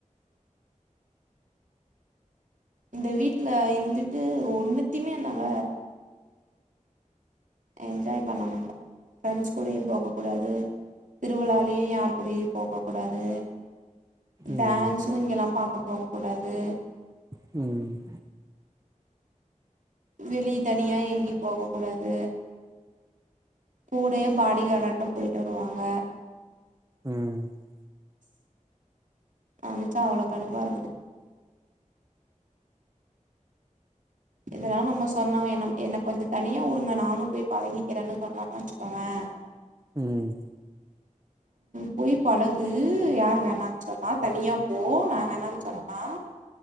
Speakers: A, on the right; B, on the right.
A: இந்த வீட்ல இருந்துட்டு ஒன்னுத்தையுமே என்னால என்ஜாய் பண்ண முடில ஃப்ரெண்ட்ஸ் கூடையும் போக கூடாது திருவிழாலயு யாரு கூடயு போகக் கூடாது டான்ஸ்
B: ம்
A: இங்கெல்லா பாக்க போக கூடாது
B: ம்
A: வெளிய தனியா எங்கயு போக கூடாது கூடயே பாடி காடாட்டம் போயிட்டு வருவாங்க
B: ம்
A: ஆனால தா அவள கடுப்பா இருக்குது இதெல்லா நம்ம சொன்னோ என்ன என்ன கொஞ்ச தனியா உடுங்க நானும் போய் பழகிக்கிறேன்னு சொன்னான்னு வச்சுக்கோவே
B: ம்
A: போய் பழகு யார் வேணான்னு சொன்னா தனியா போ நா வேணான்னு சொன்ன